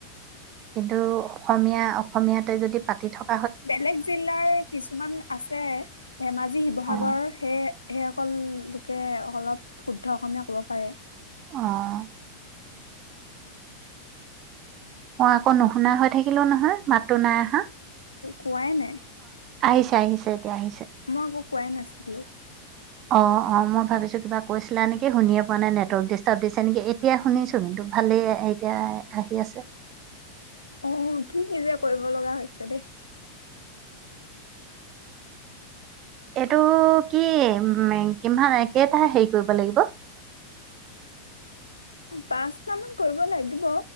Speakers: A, on the right; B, on the left.
A: কিন্তু অসমীয়া, অসমীয়াতে যদি পাতি থক
B: বেলেগ জিলাৰ কিছুমান আছে ধেমাজি, শিৱসাগৰ
A: অ
B: সেই, সেইসকল লোকে অলপ শুদ্ধ অসমীয়া ক'ব পাৰে।
A: অ' মই আকৌ নুশুনা হৈ থাকিলো নহয়। মাতো নাই আহা
B: পোৱাই নাই।
A: আহিছে, আহিছে এতিয়া আহিছ
B: মই একো কোৱাই নাছিলো।
A: অ', অ', মই ভাবিছোঁ কিবা কৈছিলা নেকি, শুনিয়ে পোৱা নাই নেটৱৰ্ক ডিষ্টাৰ্ব দিছে নেকি এতিয়া শুনিছো কিন্তু ভালেই‌ এ এতিয়া আহি আছে।
B: অ কি কি যে কৰিব লগা হৈছে দেই।
A: এইটো কি, উ, কিমান কেইটাহ হেৰি কৰিব লাগিব?
B: পাঁচটা মান কৰিব লাগিব